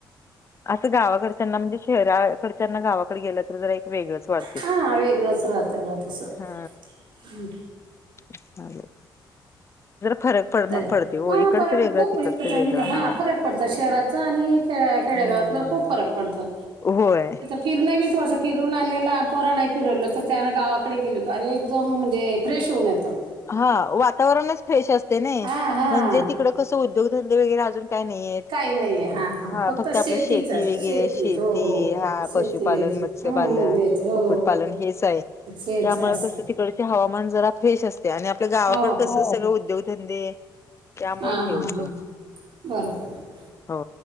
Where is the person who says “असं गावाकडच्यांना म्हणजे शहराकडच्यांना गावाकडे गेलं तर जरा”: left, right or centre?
Left